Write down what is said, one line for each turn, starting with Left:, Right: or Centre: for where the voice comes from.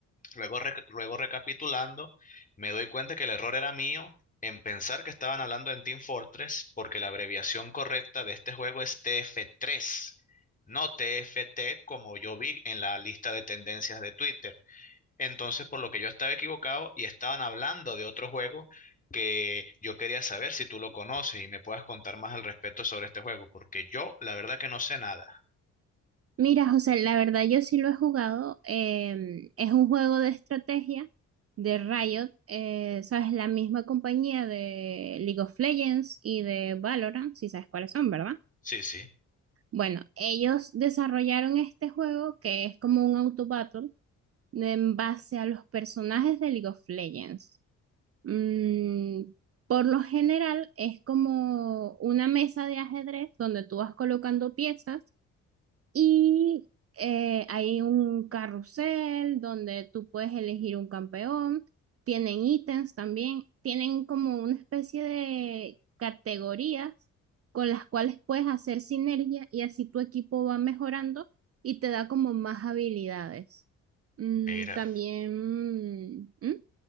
Left: Luego, rec- luego recapitulando, me doy cuenta que el error era mío en pensar que estaban hablando en Team Fortress, porque la abreviación correcta de este juego es TF3, no TFT como yo vi en la lista de tendencias de Twitter. Entonces, por lo que yo estaba equivocado y estaban hablando de otro juego que yo quería saber si tú lo conoces y me puedas contar más al respecto sobre este juego, porque yo la verdad que no sé nada.
Right: Mira, José, la verdad yo sí lo he jugado. em, es un juego de estrategia de Riot, eh, sabes, la misma compañía de League of Legends y de Valorant, si sabes cuáles son, ¿verdad?
Left: Sí, sí,
Right: Bueno, ellos desarrollaron este juego que es como un auto battle en base a los personajes de League of Legends. Mm, por lo general es como una mesa de ajedrez donde tú vas colocando piezas Y eh, hay un carrusel donde tú puedes elegir un campeón. Tienen ítems también. Tienen como una especie de categorías con las cuales puedes hacer sinergia y así tu equipo va mejorando y te da como más habilidades. Mm,
Left: mira,
Right: también... mm, ¿mm?